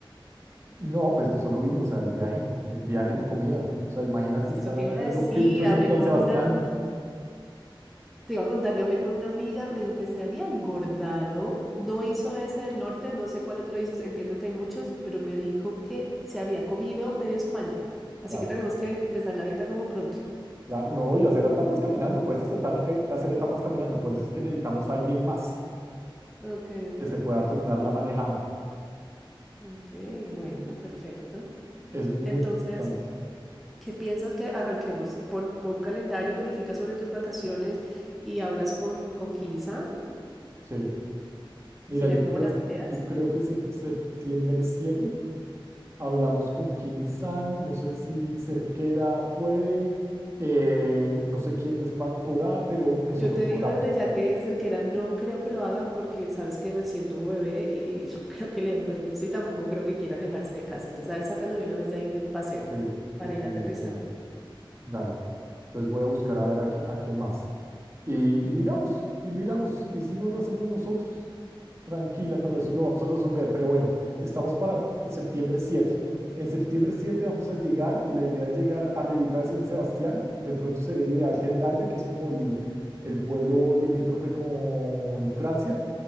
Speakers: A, on the right (about 30°); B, in the centre.
A: No, pues no solo vino, o sea, el viaje, el viaje y la comida. O sea, imagínate
B: Sí,
A: estar
B: Eso te
A: haciendo
B: iba a decir,
A: pinchos
B: hablé
A: en San
B: con
A: Sebastián.
B: una, Te iba a contar que hablé con una amiga, me dijo que se había engordado, no hizo ese del norte, no sé cuál otro hizo, entiendo que hay muchos, pero me dijo que se había comido medio España, así
A: Claro,
B: que tenemos que empezar la dieta como pronto.
A: claro, no, y hacer etapas caminando, puedes hacer, tar- eh, hacer etapas caminando, por eso es que necesitamos a alguien más.
B: Ok, ok,
A: que
B: ok,
A: se pueda turnar la manejada.
B: ok, bueno, perfecto.
A: Es muy
B: Entonces,
A: importante.
B: ¿qué piensas que arranquemos? Pon, pon calendario, verifica sobre tus vacaciones y hablas con, con Kini-san,
A: Sí. Mira,
B: serían
A: yo creo,
B: como las tareas.
A: yo creo que se- septiembre 7 hablamos con Kini San, no sé si Cerquera puede, eh, no sé quién de España podrá, pero nosotros
B: Yo te
A: cuadramos.
B: digo desde ya que Cerquera no creo que lo haga porque sabes que recién tuvo bebé y <laughs> no creo que le den permiso y tampoco creo que quiera alejarse de casa. Entonces a él sácalo de una vez de ahí del paseo
A: Ok,
B: para
A: ok,
B: ir aterrizando.
A: ok, dale. Entonces voy a buscar a ver a, qui- a quién más. Y, y miramos, y miramos, y si no lo hacemos nosotros. Tranquila, pero eso lo vamos a resolver. Pero bueno, estamos para septiembre 7. En septiembre 7 vamos a llegar y la idea es llegar arribita de San Sebastián. De pronto sería ideal Hendaya, que es como el, el pueblo limítrofe con Francia,